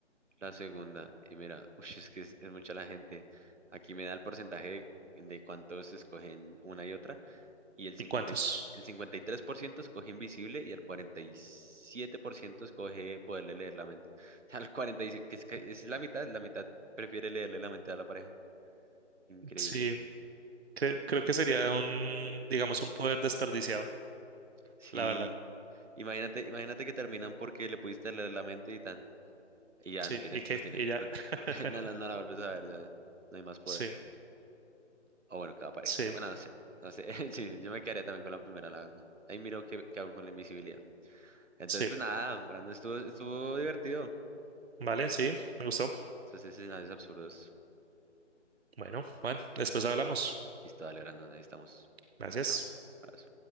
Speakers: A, on the right (about 80°); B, on the right (about 60°).
A: La segunda, y mira, ush, es que es, es mucha la gente. Aquí me da el porcentaje de, de cuántos escogen una y otra, y el cincuenta
B: ¿Y cuántos?
A: y- el 53% escoge invisible y el 47% escoge poderle leer la mente. <laughs> O sea, el 47, que es, que es la mitad, la mitad prefiere leerle la mente a la pareja. Increíble.
B: Sí. Cre- creo que sería un, digamos, un poder desperdiciado,
A: Sí,
B: la verdad.
A: imagínate, imagínate que terminan porque le pudiste leer la mente y tan, y ya
B: Sí,
A: no tienes,
B: y que,
A: no tienes,
B: y ya.
A: no,
B: <laughs>
A: <laughs> no, la no la vuelves a ver, ya no hay más poder.
B: Sí,
A: O bueno, cada pareja
B: sí,
A: que tenga. Bueno, no sé. No sé. <laughs> Sí, yo me quedaría también con la primera, la verdad. Ahí miro qué, qué hago con la invisibilidad. Entonces,
B: sí.
A: pues nada, Brandon, estuvo, estuvo divertido.
B: Vale, sí, me gustó.
A: Esos escenarios absurdos.
B: Bueno, Juan, después hablamos.
A: Listo, dale, Brandon, ahí estamos.
B: Gracias.
A: Chao. Abrazo.